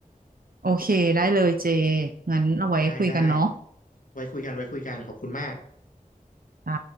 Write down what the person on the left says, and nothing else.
ได้ได้ไว้คุยกันไว้คุยกันขอบคุณมาก